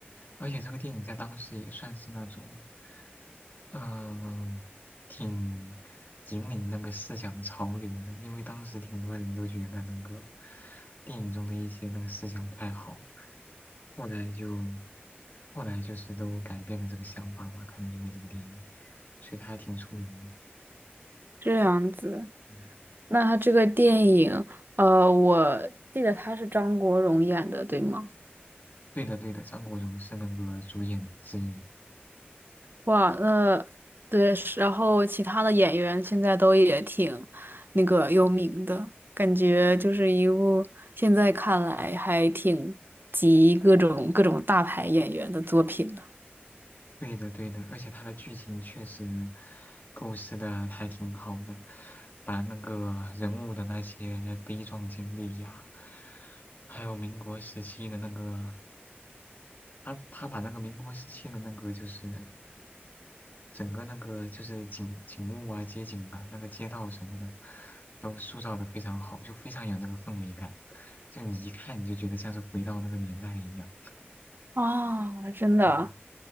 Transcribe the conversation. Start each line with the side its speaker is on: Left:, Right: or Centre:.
Left: 而且这个电影在当时也算是那种。嗯，挺引领那个思想潮流的，因为当时挺多人都觉得那个电影中的一些那个思想不太好，后来就后来就是都改变了这个想法吧，可能因为这个电影，所以他还挺出名的。
Right: 这样子，
Left: 嗯
Right: 那他这个电影，呃，我记得他是张国荣演的，对吗？
Left: 对的，对的，张国荣是那个主演之一。
Right: 哇，那对，是然后其他的演员现在都也挺那个有名的，感觉就是一部现在看来还挺集各种各种大牌演员的作品的。
Left: 对的，对的，而且它的剧情确实构思的还挺好的，把那个人物的那些悲壮经历呀，还有民国时期的那个，他他把那个民国时期的那个就是整个那个就是景景物啊、街景啊、那个街道什么的，都塑造的非常好，就非常有那个氛围感，就你一看你就觉得像是回到那个年代一样。
Right: 啊，真的，
Left: 嗯，